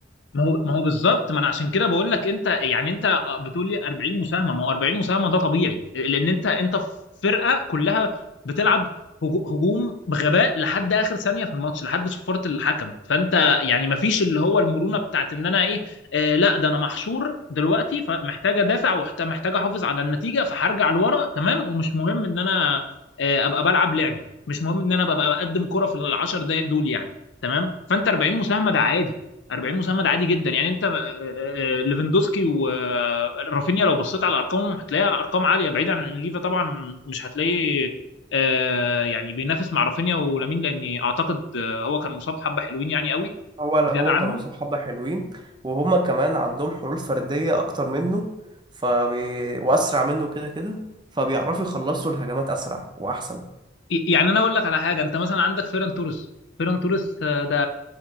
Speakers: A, on the left; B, on the right.
A: ما هو ما هو بالظبط ما انا عشان كده بقول لك انت يعني انت بتقول لي 40 مساهمه ما هو 40 مساهمه ده طبيعي لان انت انت في فرقه كلها بتلعب هجو- هجوم بغباء لحد اخر ثانيه في الماتش لحد صفاره الحكم فانت يعني ما فيش اللي هو المرونه بتاعت ان انا ايه آه لا ده انا محشور دلوقتي فمحتاج ادافع ومحتاج احافظ على النتيجه فهرجع لورا تمام ومش مهم ان انا آه ابقى بلعب لعبي مش مهم ان انا ببقى بقدم كره في العشر دقايق دول يعني تمام فانت 40 مساهمه ده عادي 40 مساعد عادي جدا يعني انت آه، آه، آه، ليفاندوسكي ورافينيا لو بصيت على ارقامهم هتلاقيها ارقام عاليه بعيد عن ليفا طبعا مش هتلاقي آه، يعني بينافس مع رافينيا ولامين لاني اعتقد آه، هو كان مصاب حبه حلوين يعني قوي
B: هو هو
A: زياده عنهم
B: كان مصاب حبة حلوين وهما كمان عندهم حلول فردية اكتر منه فبي... واسرع منه كده كده فبيعرفوا يخلصوا الهجمات اسرع واحسن
A: ي- يعني انا اقول لك على حاجه انت مثلا عندك فيران توريس فيران توريس آه، ده